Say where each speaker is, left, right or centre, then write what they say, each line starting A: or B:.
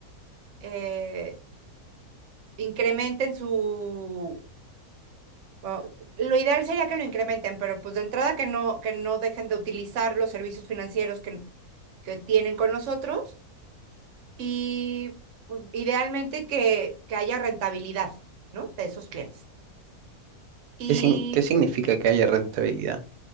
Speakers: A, on the right; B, on the right.
A: eh, incrementen su... bueno, lo ideal sería que lo incrementen, pero pues de entrada que no, que no dejen de utilizar los servicios financieros que, que tienen con nosotros y pues, idealmente que, que haya rentabilidad, ¿no? De esos clientes. Y
B: ¿Qué, sin- qué significa que haya rentabilidad?